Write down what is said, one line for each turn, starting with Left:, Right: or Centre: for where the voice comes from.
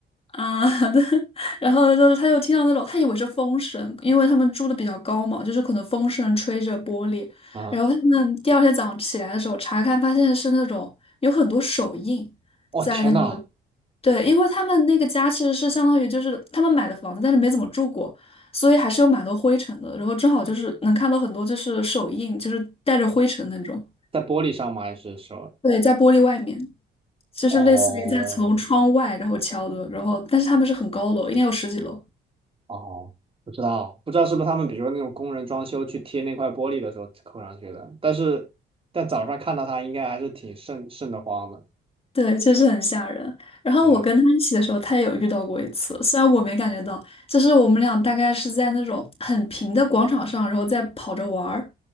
Left: 啊，好的，<laughs> 然后就是他又听到那种，他以为是风声，因为他们住的比较高嘛，就是可能风声吹着玻璃。
Right: 啊！
Left: 然后他们第二天早上起来的时候查看，发现是那种有很多手印
Right: 哦天呐，
Left: 在那个，对，因为他们那个家其实是相当于就是他们买的房子，但是没怎么住过，所以还是有蛮多灰尘的。然后正好就是能看到很多就是手印，就是带着灰尘那种，
Right: 在玻璃上吗？还是说？
Left: 对，在玻璃外面，就是类似于在从窗外然后敲的，
Right: 哦
Left: 然后但是他们是很高楼，应该有十几楼。
Right: 哦，不知道，不知道是不是他们，比如说那种工人装修去贴那块玻璃的时候扣上去的。但是，但早上看到它，应该还是挺瘆瘆得慌的。
Left: 对，就是很吓人。然后我跟他一起的时候，
Right: 对
Left: 他也有遇到过一次，虽然我没感觉到，就是我们俩大概是在那种很平的广场上，然后在跑着玩儿，